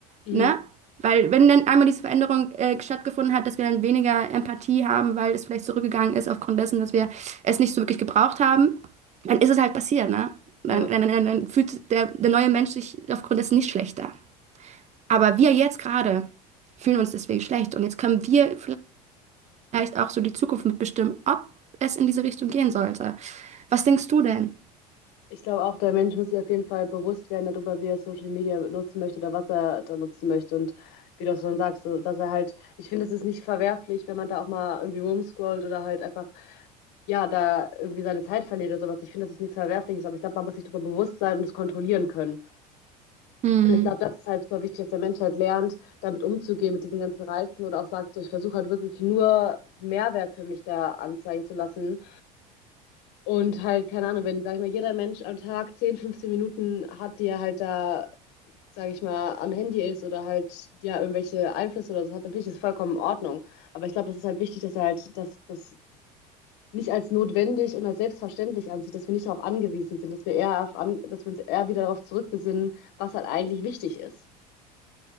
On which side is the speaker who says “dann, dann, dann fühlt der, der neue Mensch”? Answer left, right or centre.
Right